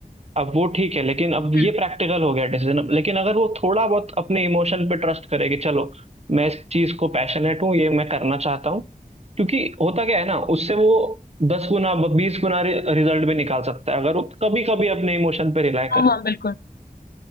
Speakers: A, on the right (about 40°); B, on the left (about 80°).
A: अब वो ठीक है लेकिन अब ये
B: हम्म,
A: प्रैक्टिकल हो गया डिसीजन अब लेकिन अगर वो थोड़ा बहुत अपने इमोशन पे ट्रस्ट करे कि चलो मैं इस चीज को पैशनेट हूँ ये मैं करना चाहता हूँ क्योंकि होता क्या है ना उससे वो दस गुना बीस गुना रिजल्ट भी निकाल सकता है अगर वो कभी कभी अपने इमोशन पे रिलाय
B: हाँ
A: करे
B: हाँ बिल्कुल